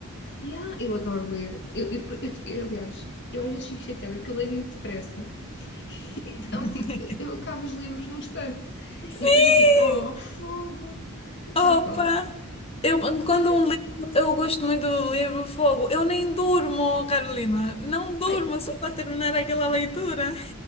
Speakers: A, on the left; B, on the left.
A: Yeah, eu adoro ler. Eu, eu, eu- eu- aliás, eu às vezes fico chateada porque eu leio muito depressa. <laughs> Então,
B: <laughs>
A: tipo, eu acabo os livros num instante.
B: Sim!
A: E depois eu fico, oh, fogo, já
B: Opa!
A: está.
B: Eu, quando
A: Também-
B: um livro, eu gosto muito do livro Fogo. Eu nem durmo, Carolina. Não durmo
A: Ai,
B: só para terminar aquela leitura.